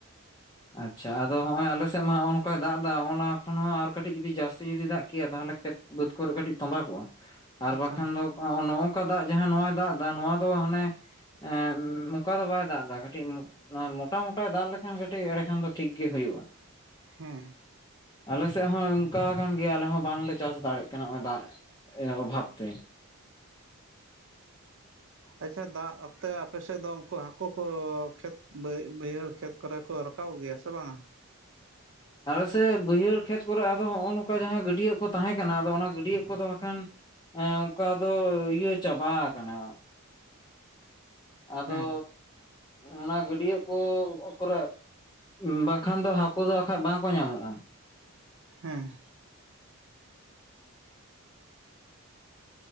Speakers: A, on the left; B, on the right.
A: ᱟᱪᱪᱷᱟ ᱟᱫᱚ ᱦᱚᱸᱜᱼᱚᱭ ᱟᱞᱮ ᱥᱮᱫ ᱢᱟ ᱦᱚᱸᱜᱼᱚ ᱱᱚᱝᱠᱟᱭ ᱫᱟᱜ ᱮᱫᱟ ᱚᱱᱟ ᱠᱷᱚᱱ ᱦᱚᱸ ᱟᱨ ᱠᱟᱹᱴᱤᱡ ᱡᱩᱫᱤ ᱡᱟᱹᱥᱛᱤ ᱡᱩᱫᱤ ᱫᱟᱜ ᱠᱮᱭᱟ ᱛᱟᱦᱚᱞᱮ ᱠᱷᱮᱛ ᱵᱟᱹᱫᱽ ᱠᱚᱨᱮ ᱠᱟᱹᱴᱤᱡ ᱛᱚᱸᱵᱟ ᱠᱚᱜᱼᱟ ᱟᱨ
B: ᱟᱪᱪᱷᱟ
A: ᱵᱟᱠᱷᱟᱱ ᱫᱚ ᱱᱚᱜ ᱱᱚᱝᱠᱟ ᱫᱟᱜ ᱡᱟᱦᱟᱸ ᱱᱚᱟᱭ ᱫᱟᱜᱫᱟ ᱱᱚᱣᱟ ᱫᱚ ᱦᱟᱱᱮ ᱮᱸ ᱱᱚᱝᱠᱟ ᱫᱚ ᱵᱟᱭ ᱫᱟᱜ ᱮᱫᱟ ᱠᱟᱹᱴᱤᱡ ᱢᱚᱴᱟ ᱢᱚᱴᱟᱭ ᱫᱟᱜ ᱞᱮᱠᱷᱟᱱ ᱠᱟ ᱴᱤᱡ ᱮᱲᱮ ᱠᱷᱟᱱ ᱫᱚ ᱴᱷᱤᱠ ᱜᱮ ᱦᱳᱭᱳᱜᱼᱟ
B: ᱦᱮᱸ
A: ᱟᱞᱮ ᱥᱮᱜ ᱦᱚᱸ ᱚᱝᱠᱟ ᱟᱠᱟᱱ ᱜᱮᱭᱟ ᱟᱞᱮ ᱦᱚᱸ ᱵᱟᱝᱞᱮ ᱪᱟᱥ ᱫᱟᱲᱮᱜ ᱠᱟᱱᱟ ᱦᱚᱸᱜᱼᱚᱭ ᱫᱟᱜ ᱤᱭᱟᱹ ᱚᱵᱷᱟᱵᱽ ᱛᱮ
B: ᱟᱪᱪᱷᱟ ᱫᱟᱜ ᱚᱠᱛᱮ ᱟᱯᱮᱥᱮᱫ ᱫᱚ ᱩᱝᱠᱩ ᱦᱟᱹᱠᱩ ᱠᱚ ᱠᱷᱮᱛ ᱵᱟᱹᱭᱦᱟᱹᱲ ᱠᱷᱮᱛ ᱠᱚᱨᱮ ᱠᱚ ᱨᱟᱠᱟᱵ ᱜᱮᱭᱟ ᱥᱮ ᱵᱟᱝᱟ
A: ᱟᱞᱮ‌ ᱥᱮᱜ ᱵᱟᱹᱭᱦᱟᱹᱲ ᱠᱷᱮᱛ ᱠᱚᱨᱮᱜ ᱟᱫᱚ ᱱᱚᱜᱼᱚ ᱱᱚᱝᱠᱟ ᱡᱟᱦᱟᱸ ᱜᱟᱹᱰᱭᱟᱹ ᱠᱚ ᱛᱟᱦᱮᱸ ᱠᱟᱱᱟ ᱟᱫᱚ ᱚᱱᱟ ᱜᱟᱹᱰᱭᱟᱹ ᱠᱚᱫᱚ ᱦᱟᱸᱠᱷᱟᱱ ᱦᱮᱸ ᱚᱝᱠᱟ ᱫᱚ ᱤᱭᱟᱹ ᱪᱟᱵᱟ ᱟᱠᱟᱱᱟ ᱟᱫᱚ
B: ᱦᱮᱸ
A: ᱚᱱᱟ ᱜᱟᱹᱰᱭᱟᱹ ᱠᱚ ᱠᱚᱨᱮ ᱵᱟᱝᱠᱷᱟᱱ ᱫᱚ ᱦᱟᱹᱠᱩ ᱫᱚ ᱵᱟᱠᱷᱟᱡ ᱵᱟᱝᱠᱚ ᱧᱟᱢᱚᱜᱼᱟ
B: ᱦᱮᱸ